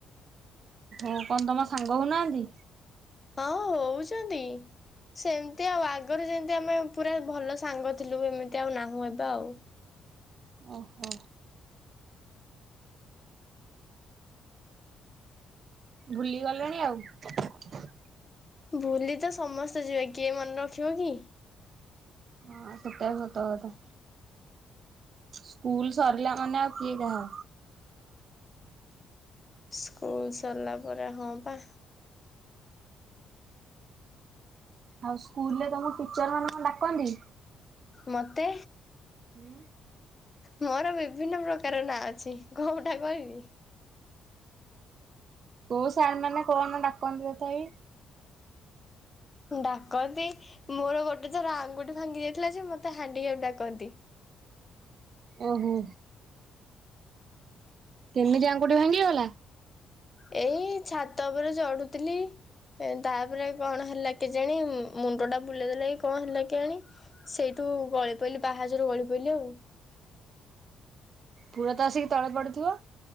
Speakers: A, on the right; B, on the left.
A: ଓହୋ କନ୍ଦମା ସାଙ୍ଗ ହଉନାହାନ୍ତି?
B: ହଁ ହଉଛନ୍ତି ସେମିତି ଆଉ ଆଗରୁ ଯେମିତି ଆମେ ପୁରା ଭଲ ସାଙ୍ଗ ଥିଲୁ ଏମିତି ଆଉ ନାହୁଁ ଏବେ ଆଉ।
A: ଓହୋ ଭୁଲିଗଲେଣି ଆଉ।
B: ଭୁଲି ତ ସମସ୍ତେ ଯିବେ କିଏ ମନେ ରଖିବ କି?
A: ହ ସେଟା ବି ସତ କଥା ସ୍କୁଲ ସରିଲା ମାନେ ଆଉ କିଏ କାହା
B: ସ୍କୁଲ ସରିଲା ପରେ ହଁ ବା
A: ଆଉ ସ୍କୁଲ ରେ ତମକୁ ଟିଚର ମାନେ କଣ ଡାକନ୍ତି?
B: ମୋତେ
A: ହଁ
B: ମୋର ବିଭିନ୍ନ ପ୍ରକାର ନାଁ ଅଛି କଉଟା କହିବି?
A: କୋଉ ସାର ମାନେ କଣ ଡାକନ୍ତି ତଥାପି।
B: ଡାକନ୍ତି ମୋର ଗୋଟେ ତର ଆଙ୍ଗୁଠ ଭାଙ୍ଗି ଯାଇଥିଲା ଯେ ମତେ ହା ହାଣ୍ଡିକପ ଡାକନ୍ତି।
A: ଓହୋ କେମିତି ଆଙ୍ଗୁଠି ଭାଙ୍ଗିଗଲା।
B: ଏଇ ଛାତ ଉପରେ ଚଢୁଥିଲି ତାପରେ କଣ ହେଲା କେ ଜାଣି ମୁଣ୍ଡ ଟା ବୁଲେଇ ଦେଲା କି କଣ ହେଲା କେ ଆଣି ସେଇଠୁ ଗଳି ପଇଲିି ପାହାଚରୁ ଗଳି ପଇଲିି ଆଉ।
A: ପୁରା ତ ଆସିକି ତଳେ ପଡିଥିବ।